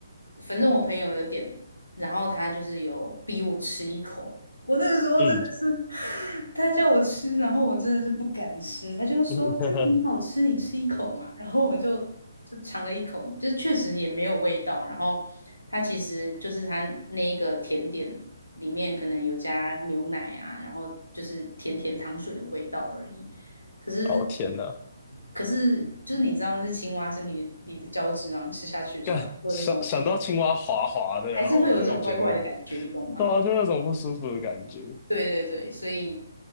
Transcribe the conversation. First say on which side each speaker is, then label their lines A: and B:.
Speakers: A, on the left; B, on the left.
A: 反正我朋友有点，然后他就是有逼我吃一口。我那个时候真的是，
B: 嗯
A: 他叫我吃，然后我真的是不敢吃。他就说真的很好吃，
B: 嗯，呵呵
A: 你吃一口嘛。然后我就就尝了一口，就确实也没有味道。然后它其实就是它那一个甜点里面可能有加牛奶啊，然后就是甜甜糖水的味道而已。可是
B: 哦天呐，
A: 可是就是你知道那是青蛙身体里的胶质，然后你吃下去的时候，
B: 干想想到青蛙滑滑的，
A: 会有一种还是会有一种怪怪的感觉，
B: 然后我就会觉得，
A: 你懂吗？
B: 对啊，就有种不舒服的感觉。
A: 对对对，所以